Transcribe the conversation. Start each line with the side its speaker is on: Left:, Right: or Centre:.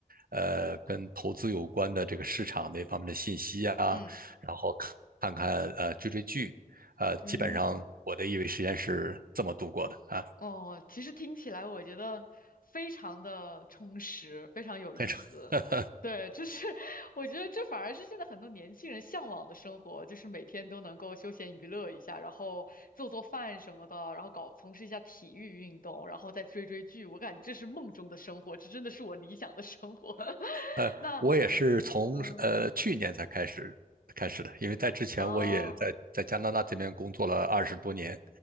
Right: 呃，跟投资有关的这个市场那方面的信息啊，
Left: 嗯嗯。
Right: 然后看看呃追追剧，呃，基本上我的业余时间是这么度过的啊，
Left: 嗯哦，其实听起来我觉得非常的充实，非常有意思。
Right: 很少。<laughs>
Left: 对，就是 <laughs> 我觉得这反而是现在很多年轻人向往的生活，就是每天都能够休闲娱乐一下，然后做做饭什么的，然后搞从事一下体育运动，然后再追追剧。我感觉这是梦中的生活，这真的是我理想的生活。<laughs>
Right: 呃，
Left: 那那嗯，
Right: 我也是从呃去年才开始开始的，因为在之前我也在在加拿大这边工作了二十多年，
Left: 哦